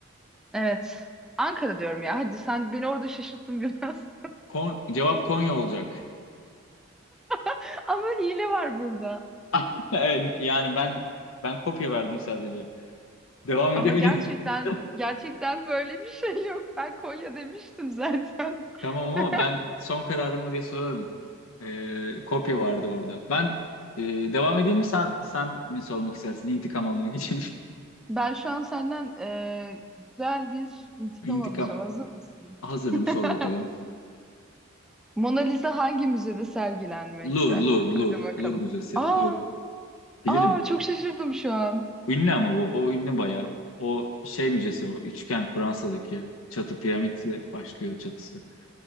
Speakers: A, in the centre; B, on the left.
A: Evet. Ankara diyorum ya. Hadi sen beni orada şaşırttın biraz.
B: Kon- cevap Konya olacak.
A: <laughs> Ama hile var burada.
B: <laughs> Evet, Yani ben ben kopya verdim sadece. Devam
A: Ama
B: edebilirim.
A: gerçekten
B: <laughs>
A: gerçekten böyle bir şey yok. Ben Konya demiştim zaten.
B: Tamam ama
A: <laughs>
B: ben son kararımı diye sorarım. Ee, kopya vardı orada. Ben e, devam edeyim mi sen sen mi sormak istersin intikam almak için?
A: Ben şu an senden eee, güzel bir intikam
B: <laughs> İntikam.
A: alacağım. Hazır mısın?
B: Hazırım
A: <laughs>
B: sor bakalım.
A: Mona Lisa hangi müzede sergilenmekte?
B: Lur Lur Lur
A: Hadi bakalım.
B: Lur Müzesi.
A: Aa,
B: Lur. Bilirim.
A: aa çok şaşırdım şu an.
B: Ünlü ama bu. O ünlü bayağı. O şey müzesi o. Üçgen Fransa'daki. Çatı piramitle başlıyor çatısı.